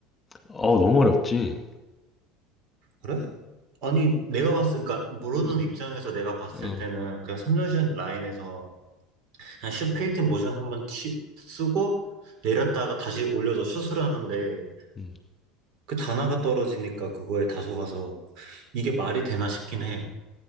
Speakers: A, on the left; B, on the right.
A: 어, 너무 어렵지.
B: 그래? 아니, 내가 봤을, 그러니까 모르는
A: 음,
B: 입장에서 내가 봤을
A: 어,
B: 때는 그냥 3점슛 라인에서 그냥 슛 페인팅 모션 한 번 치- 쓰고 내렸다가 다시 올려서 슛을 하는데
A: 음.
B: 그 단아가 떨어지니까 그거에 다소 가서 이게 말이 되나 싶긴 해.